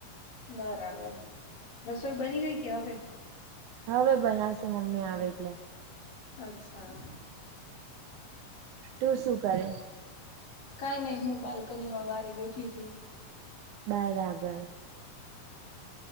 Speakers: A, on the left; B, on the right.
A: બરાબર રસોઈ બની ગઈ કે હવે?
B: હવે બનાવશે મમ્મી આવે એટલે.
A: અચ્છા
B: તું શું કરે
A: કઈ નહી હું બાલ્કની માં વારે બેઠી છુ.
B: બરાબર